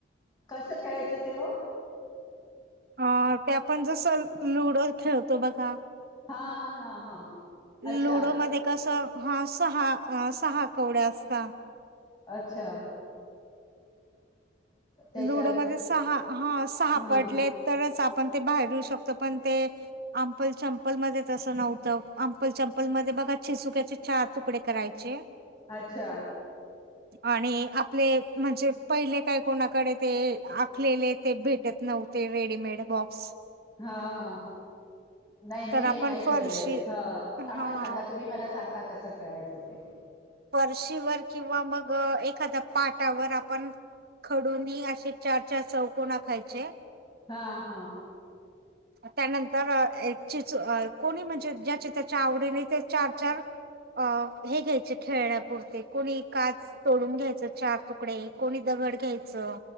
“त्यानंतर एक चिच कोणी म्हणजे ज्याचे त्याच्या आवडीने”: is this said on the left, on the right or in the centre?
Right